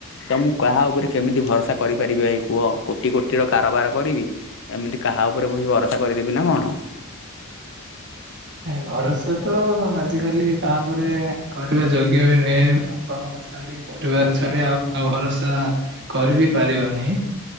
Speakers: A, on the left; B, on the right.
A: ତ ମୁଁ କାହା ଉପରେ କେମିତି ଭରସା କରିପାରିବି ଭାଇ କୁହ? କୋଟି କୋଟିର କାରବାର କରିବି ଏମିତି କାହା ଉପରେ ବହି ଭରସା କରିଦେବି ନା କଣ?
B: ଏ ଭରସା ତ ଆଜିିକାଲି କାହା ଉପରେ କରିବା ଯୋଗ୍ୟ ବି ନୁହେଁ ବାପା ମା ଛାଡି ପରିବାର ଛାଡି ଆଉ କାହା ଭରସା କରିବି ପାରିବନି